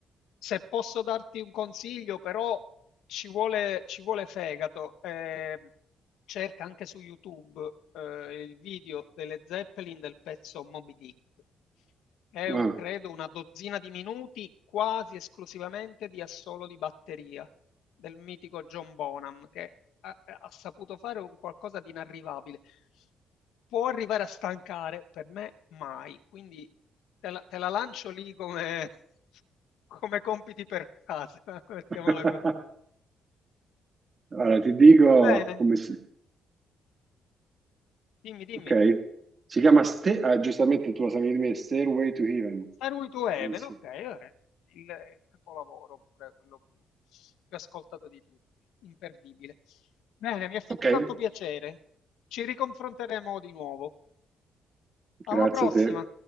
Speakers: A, on the left; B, on the right.
A: Se posso darti un consiglio, però ci vuole, ci vuole fegato. Ehm, cerca anche su YouTube eh, il video delle Zeppelin del pezzo Moby Dick. È
B: eh.
A: un- credo una dozzina di minuti quasi esclusivamente di assolo di batteria del mitico John Bonham, che ha, ha saputo fare un qualcosa di inarrivabile. Può arrivare a stancare, per me mai. Quindi te la, te la lancio lì come come compiti per casa, <laughs> mettiamola
B: <laughs>
A: così.
B: Allora, ti dico
A: Va bene,
B: come si...
A: dimmi, dimmi.
B: Ok. Si chiama, Ste- ah, giustamente tu la sapevi di me, Stairway to Heaven.
A: Stairway to Heaven,
B: Penso.
A: ok, vabbè. Il, il capolavoro pure, quello più, più ascoltato di tutti, imperdibile. Bene, mi ha fatto
B: Ok,
A: tanto piacere. Ci riconfronteremo di nuovo. Alla
B: grazie
A: prossima!
B: a te.